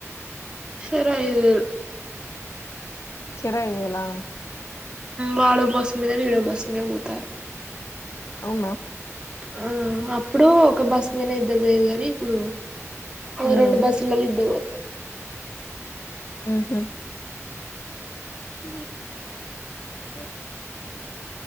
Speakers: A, on the right; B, on the left.
A: సర అదు
B: చర ఇవలా
A: వాడో బస్ మీద విీడో బస్ మీద పోతారు
B: అవునా
A: ఆ అప్పుడు ఒక బస్ మీద ఇద్దరు పోయదు కాగాని ఇప్పుడు ఊ
B: ఉమ్
A: రెండు బస్సులల్లో ఇద్దరు పోతారు
B: ఆహా
A: హ
B: ఓ